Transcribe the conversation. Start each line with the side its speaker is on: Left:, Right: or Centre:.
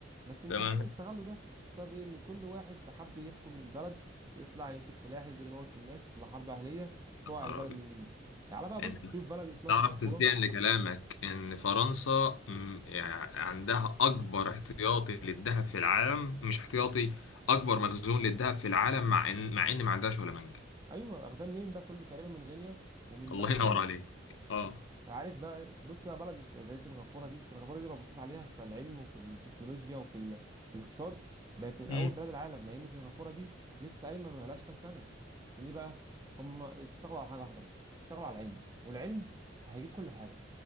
Right: بس مش
Left: تمام
Right: عارفين يستغلوا ده بسبب إيه؟ ان كل واحد حب يحكم البلد يطلع يمسك سلاح يفضل يموت في الناس تبقى حرب اهليه
Left: يا
Right: طوع
Left: نهار
Right: البلد
Left: أبيض.
Right: من جديد تعال بقى بص
Left: انت
Right: شوف بلد اسمها
Left: تعرف
Right: سنغافوره
Left: تصديقا لكلامك ان فرنسا مم، يعني عندها اكبر احتياطي للذهب في العالم مش احتياطي اكبر مخزون للذهب في العالم مع ان مع ان ما عندهاش ولا منجم
Right: ايوه اخدها منين بقى كله تقريبا من غينيا ومن
Left: الله
Right: بلد
Left: ينور
Right: تانية
Left: عليك اه
Right: عارف بقى بص بقى بلد زي سنغافورة دي سنغافورة دي لو بصيت عليها في العلم وفي التكنولوجيا وفي ال... في الاقتصاد بقت من
Left: امم
Right: أول بلاد العالم مع إن سنغافورة دي لسه قايمة ما بقالهاش كام سنة ليه بقى؟ هم اشتغلوا على حاجة واحدة بس اشتغلوا على العلم والعلم هيجيب كل حاجة